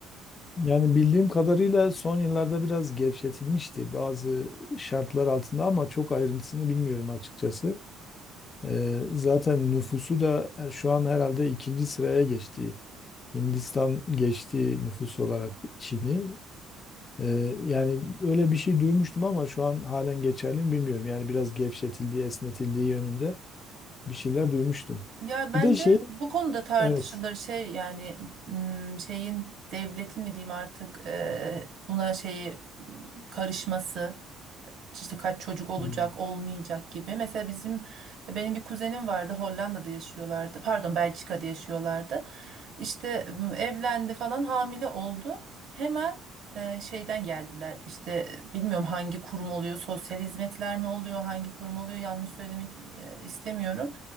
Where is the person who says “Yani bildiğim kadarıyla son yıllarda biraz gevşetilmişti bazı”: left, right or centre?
Left